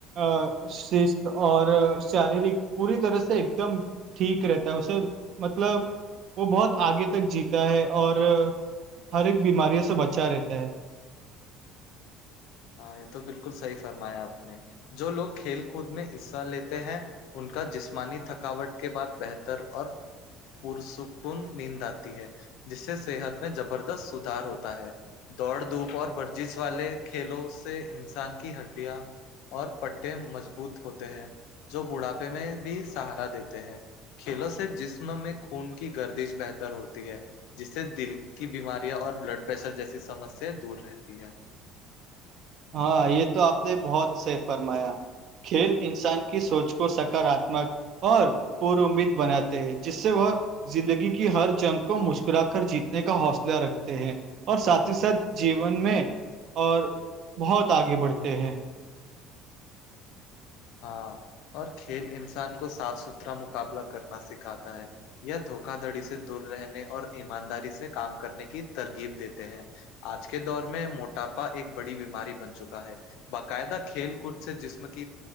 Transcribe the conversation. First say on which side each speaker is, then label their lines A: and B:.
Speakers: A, on the right (about 45°); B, on the left (about 75°).
A: ا شست اور شاریرک پوری طرح سے ایک دم ٹھیک رہتا ہے اسے مطلب وہ بہت آگے تک جیتا ہے اور ہر ایک بیماریوں سے بچا رہتا ہے
B: ہاں یہ تو بالکل صحیح فرمایا آپ نے جو لوگ کھیل کود میں حصہ لیتے ہیں ان کا جسمانی تھکاوٹ کے بعد بہتر اور پرسکن نیند آتی ہے جس سے صحت میں زبردست سدار ہوتا ہے دوڑ دھوپ اور ورزش والے کھیلوں سے انسان کی ہڈیاں اور پٹے مضبوط ہوتے ہیں جو بڑھاپے میں بھی سہارا دیتے ہیں کھیلوں سے جسم میں خون کی گردش بہتر ہوتی ہے جس سے دل کی بیماریاں اور بلڈ پریشر جیسی سمسیا دور رہتی ہے
A: ہاں یہ تو آپ نے بہت سے فرمایا کھیل انسان کی سوچ کو سکاراتمک اور پورومید بناتے ہیں جس سے وہ زندگی کی ہر جنگ کو مسکرا کر جیتنے کا حوصلہ رکھتے ہیں اور ساتھ ہی ساتھ جیون میں اور بہت آگے بڑھتے ہیں
B: ہاں اور کھیل انسان کو صاف ستھرا مقابلہ کرنا سکھاتا ہے یا دھوکا دھڑی سے دور رہنے اور ایمانداری سے کام کرنے کی ترغیب دیتے ہیں آج کے دور میں موٹاپا ایک بڑی بیماری بن چکا ہے باقاعدہ کھیل کود سے جسم کی